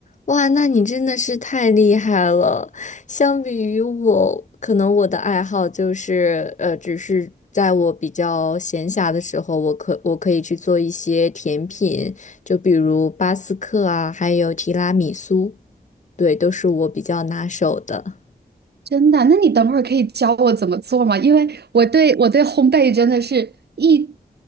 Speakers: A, on the left (about 50°); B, on the right (about 85°).
A: 哇，那你真的是太厉害了！相比于我，可能我的爱好就是，呃，只是在我比较闲暇的时候，我可我可以去做一些甜品，就比如巴斯克啊，还有提拉米苏，对，都是我比较拿手的。
B: 真的？那你等会儿可以教我怎么做吗？因为我对我对烘焙真的是一